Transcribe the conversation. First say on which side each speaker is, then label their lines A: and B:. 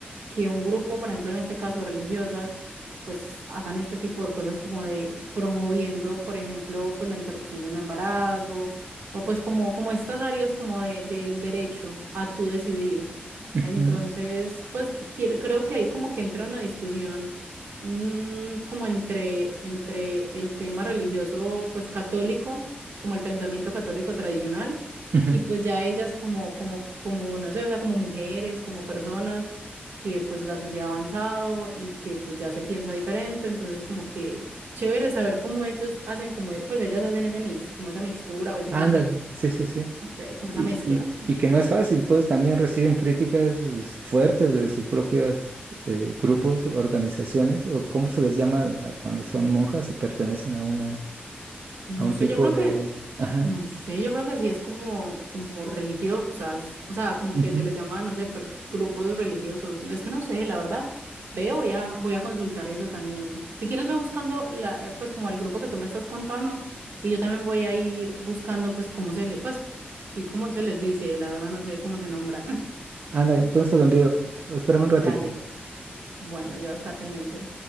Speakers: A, on the right; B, on the right.
A: que un grupo, por ejemplo, en este caso religiosas, pues hagan este tipo de cosas como de promoviendo, por ejemplo, pues la interrupción de un embarazo o pues como, como estas áreas como de, del derecho a tú decidir.
B: ujú,
A: Entonces, pues quiero- creo que ahí como que entra una discusión mm, como entre, entre el tema religioso, pues católico, como el pensamiento católico tradicional,
B: ujú.
A: y pues ya ellas como, como, como, no sé, o sea, como mujeres, como personas que pues la sociedad ha avanzado y que pues ya se piensa diferente, entonces como que chévere saber cómo ellos hacen, como, pues ellas hacen ese mix, como esa mixtura o ese,
B: Ándale,
A: mm,
B: sí, sí, sí.
A: no sé, como
B: Y,
A: esa mezcla.
B: y- y que no es fácil, pues también reciben críticas es, fuertes de sus propios grupos, organizaciones, o cómo se les llama a cuando son monjas y pertenecen a una,
A: No
B: a un
A: sé,
B: tipo
A: yo creo
B: de...
A: que
B: Ajá.
A: No sé, yo creo que sí es como, como religiosas, o sea, como
B: ujú.
A: que se les llama, no sé, per- grupos religiosos. No, es que no sé, la verdad. Ve, voy a, voy a consultar eso también. Si quieres, ve buscando la, eh, pues como el grupo que tú me estás contando y yo también voy a ir buscando, pues cómo se le, pues sí, cómo se les dice, la verdad no sé cómo se nombra. <laughs>
B: Ándale, entonces te lo envío. Espérame un ratito.
A: Dale, bueno, yo voy a estar pendiente.